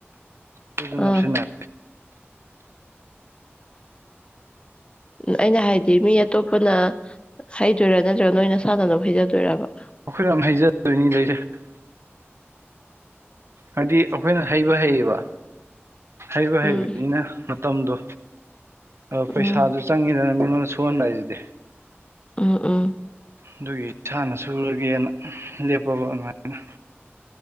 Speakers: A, on the right; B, on the left.
A: <unintelligible>
B: ꯑꯥ ꯎ ꯑꯩꯅ ꯍꯥꯏꯗꯤ ꯃꯤ ꯑꯇꯣꯞꯄꯅ ꯍꯩꯗꯣꯏꯔꯥ ꯅꯠꯇ꯭ꯔꯒ ꯅꯣꯏꯅ ꯁꯥꯟꯅꯅꯕ ꯍꯩꯖꯗꯣꯏꯕ
A: ꯑꯩꯈꯣꯏꯅ ꯌꯥꯝ ꯍꯩꯖꯗꯣꯏꯅꯤ <unintelligible> ꯍꯥꯏꯗꯤ ꯑꯩꯈꯣꯏꯅ ꯍꯩꯕ ꯍꯩꯌꯦꯕ ꯍꯩꯕ ꯍꯩꯕꯅꯤꯅ
B: ꯎꯝ
A: ꯃꯇꯝꯗꯣ ꯑ ꯄꯩꯁꯥꯁꯨ
B: ꯎꯝ
A: ꯆꯪꯉꯤꯗꯅ ꯃꯤꯉꯣꯟꯗ ꯁꯨꯍꯟꯕ ꯍꯥꯏꯁꯤꯗꯤ
B: ꯎꯝ ꯎꯝ
A: ꯑꯗꯨꯒꯤ ꯏꯁꯥꯅ ꯁꯨꯔꯒꯦꯅ ꯂꯦꯞꯄꯕ ꯑꯗꯨꯃꯥꯏꯅ